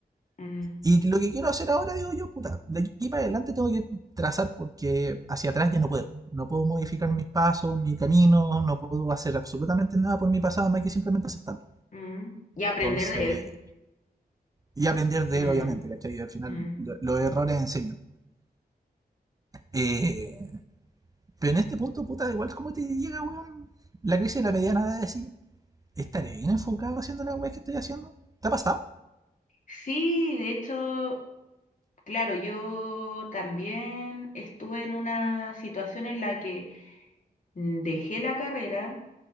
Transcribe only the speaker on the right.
Y lo que quiero hacer ahora, digo yo, puta, de aquí para adelante tengo que trazar porque hacia atrás ya no puedo. No puedo modificar mis pasos, mi camino, no puedo hacer absolutamente nada por mi pasado, más que simplemente aceptarlo.
Entonces,
y aprender de
él, obviamente, ¿cachai? Y al final,
lo, los errores enseñan. Eh, pero en este punto, puta, igual como te llega, weón, la crisis de la mediana edad de decir, ¿estaré bien enfocado haciendo la weá que estoy haciendo? ¿Te ha pasado?